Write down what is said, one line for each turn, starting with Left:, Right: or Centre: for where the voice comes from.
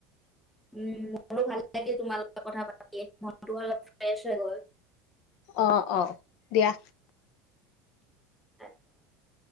Centre: উম, মোৰো ভাল লাগিল তোমাৰ লগত কথা পাতি। <unintelligible> মনটো অলপ ফ্ৰেছ হৈ গল।
Left: অ' অ' দিয়া।
Centre: <unintelligible>